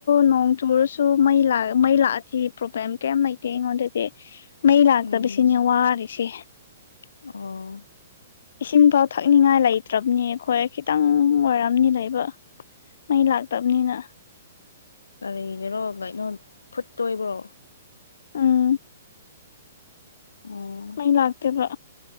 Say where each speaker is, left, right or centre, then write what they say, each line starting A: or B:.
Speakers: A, on the left; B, on the left.
A: ꯅꯣꯡ ꯆꯨꯔꯁꯨ ꯃꯩ ꯃꯩ ꯂꯥꯛꯑꯗꯤ ꯄ꯭ꯔꯣꯕ꯭ꯂꯦꯝ ꯀꯩꯝ ꯂꯩꯇꯦ ꯑꯩꯉꯣꯟꯗ ꯑꯗꯨꯗꯤ ꯃꯩ ꯂꯥꯛꯇꯕꯁꯤꯅꯦ
B: ꯎꯝ
A: ꯋꯥꯔꯤꯁꯦ
B: ꯑꯣ
A: ꯏꯁꯤꯡꯐꯥꯎ ꯊꯛꯅꯤꯡꯉꯥꯏ ꯂꯩꯇ꯭ꯔꯕꯅꯤ ꯑꯩꯈꯣꯏ ꯈꯤꯇꯪ ꯋꯥꯔꯝꯅꯤ ꯂꯩꯕ ꯃꯩ ꯂꯥꯛ ꯇꯝꯅꯤꯅ
B: <unintelligible> ꯀꯩꯅꯣ ꯐꯨꯠꯇꯣꯏꯕ꯭ꯔꯣ
A: ꯎꯝ
B: ꯑꯣ
A: ꯃꯩ ꯂꯥꯛꯇꯦꯕ